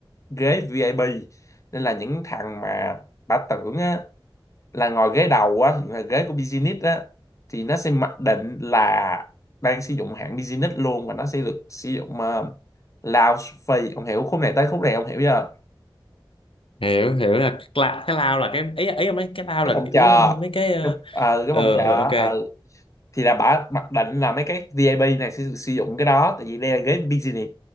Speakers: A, on the left; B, on the left.
A: ghế VIP nên là những thằng mà bà tưởng á, là ngồi ghế đầu á thì là ghế của business á thì nó sẽ mặc định là đang sử dụng hạng business luôn và nó sẽ được sử dụng ờ, lounge free ông hiểu khúc này tới khúc này ông hiểu chưa
B: hiểu hiểu là la- cái lao là cái ấy ấy mấy cái lao
A: cái
B: là
A: phòng
B: kiểu
A: chờ
B: ờ, mấy cái ờ,
A: cái, ờ, cái
B: ờ,
A: phòng chờ
B: ờ, ok
A: ờ, thì là bả mặc định là mấy cái VIP này sẽ được sử dụng cái đó tại vì đây là ghế business